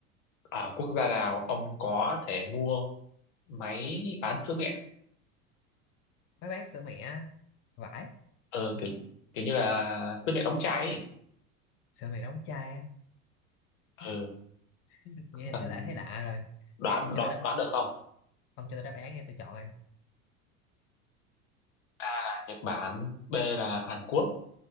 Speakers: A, on the left (about 60°); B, on the left (about 30°).
A: ở quốc gia nào ông có thể mua máy bán sữa mẹ
B: mấy bán sữa mẹ vải
A: ừ, kiểu, kiểu như là sữa mẹ đóng chai ấy.
B: sữa mẹ đóng chai á <laughs>
A: ừ
B: nghe
A: cứ cần
B: nó lại thấy lạ rồi
A: đoán,
B: ông cho
A: đoán
B: tôi đáp
A: đoán được không
B: ông cho tôi đáp án nghe tôi chọn rồi
A: A là Nhật Bản B là Hàn Quốc